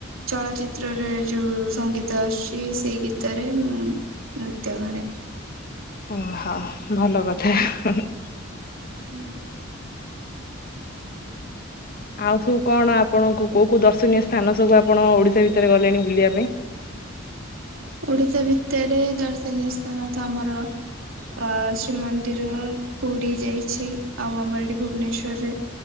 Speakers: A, on the right; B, on the left.
A: ଚଳଚିତ୍ରରେ ଯୋଉ ସଙ୍ଗୀତ ଆସୁଛି ସେଇ ଗୀତରେ ମୁଁ ନୃତ୍ୟ କରେ।
B: ଓହୋ! ଭଲ କଥା ହୁଁ ହୁଁ।
A: ଧନ୍ୟବାଦ।
B: ଆଉ ସବୁ କଣ ଆପଣଙ୍କୁ କୋଉ କୋଉ ଦର୍ଶନୀୟ ସ୍ଥାନ ସବୁ ଆପଣ ଓଡିଶା ଭିତରେ ଗଲେଣି ବୁଲିବା ପାଇଁ? <unintelligible>
A: ଓଡିଶା ଭିତରେ ଦର୍ଶନୀୟ ସ୍ଥାନ ତ ଆମର ଅ ଶ୍ରୀମନ୍ଦିର ପୁରୀ ଯାଇଛି। ଆଉ ଆମର ଏଠି ଭୁବନେଶ୍ଵରରେ